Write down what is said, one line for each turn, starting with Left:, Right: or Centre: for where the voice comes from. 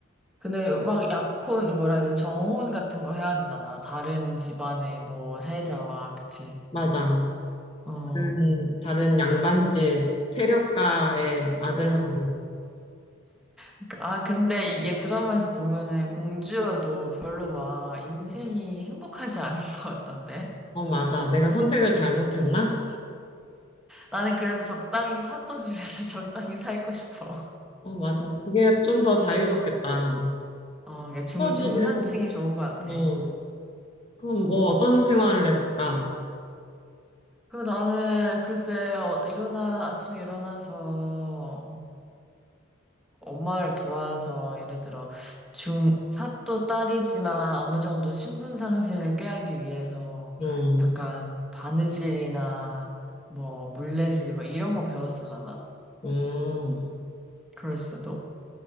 Centre: 근데 막 약혼, 뭐라 해야 되지? 정혼 같은 거 해야 되잖아. 다른 집안의 뭐, 세자와, 그치.
Left: 맞아.
Centre: 어.
Left: 다른, 다른 양반집 세력가의 아들하고.
Centre: 그러니까- 아, 근데 이게 드라마에서 보면은 공주여도 별로 막 인생이 행복하지 않은 <laughs> 것 같던데.
Left: 어, 맞아. 내가 선택을 잘못했나?
Centre: 나는 그래서 적당히 샀던 집에서 <laughs> 적당히 살고 싶어.
Left: 어, 맞아. 그게 좀 더 자유롭겠다.
Centre: 어, 이게 중,
Left: 또
Centre: 중산층이
Left: 집에서,
Centre: 좋은 것 같아.
Left: 뭐, 그럼 뭐 어떤 생활을 했을까?
Centre: 그리고 나는 글쎄, 어, 일어나, 아침에 일어나서 엄마를 도와서 예를 들어 중, 사또 딸이지만 어느 정도 신분 상승을 꾀하기 위해서
Left: 어,
Centre: 약간 바느질이나 뭐 물레질 뭐 이런 거 배웠을라나?
Left: 어.
Centre: 그럴 수도.